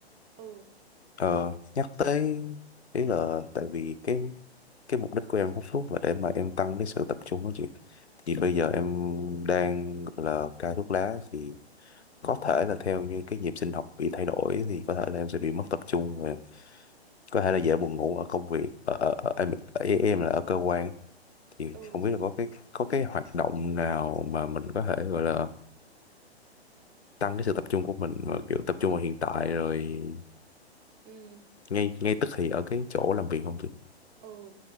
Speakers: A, on the right; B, on the left.
A: ừ,
B: Ờ,
A: ờ,
B: nhắc tới ý là tại vì cái cái mục đích của em hút thuốc là để mà em tăng cái sự tập trung đó chị. Thì bây
A: ừ,
B: giờ em đang gọi là cai thuốc lá thì có thể là theo như cái nhịp sinh học bị thay đổi thì có thể là em sẽ
A: ừ,
B: bị mất tập trung và có thể là dễ buồn ngủ ở công việc ở, ở, ở em ở, em là ở cơ quan thì
A: ừ,
B: không biết là có cái có cái hoạt động nào mà mình có thể gọi là tăng
A: ừ,
B: cái sự tập trung của mình mà kiểu tập trung vào hiện tại rồi
A: ừ.
B: ngay ngay tức thì ở cái chỗ làm việc không chị
A: ừ